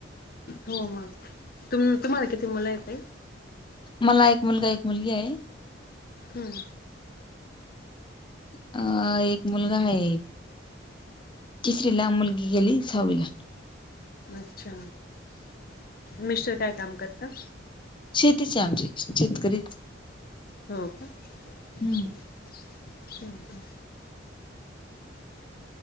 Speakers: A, on the left (about 50°); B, on the left (about 25°).
A: हो मग तुम तुम्हाला किती मुल आहेत ताई?
B: मला एक मुलगा एक मुलगी आहे.
A: हम्म
B: अ एक मुलगा आहे. तिसरीला मुलगी गेली सहाविला
A: अच्छा, मिस्टर काय काम करता?
B: शेतीच आहे आमची शेतकरी आहेत.
A: हो का हम्म.
B: हम्म